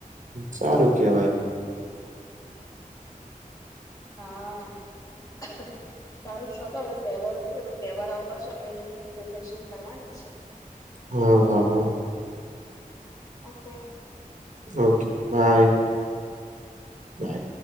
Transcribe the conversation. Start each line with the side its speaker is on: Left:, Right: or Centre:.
Right: સારું કેવાય.
Left: હા <unintelligible> સારું ચોલો હવે તહેવાર થી હવે તહેવાર આવતા છે હવે એની પ્રિપરેશન કરવાની છે.
Right: હમ હા હા
Left: ઓકે
Right: ઓકે બાય. બાય